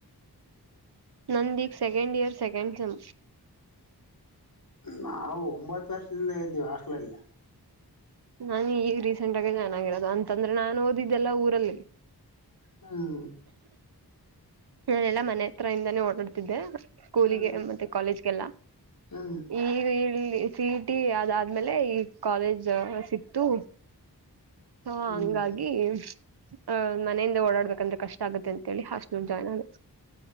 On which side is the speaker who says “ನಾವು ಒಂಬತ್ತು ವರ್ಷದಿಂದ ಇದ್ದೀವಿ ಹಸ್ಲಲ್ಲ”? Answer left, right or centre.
Left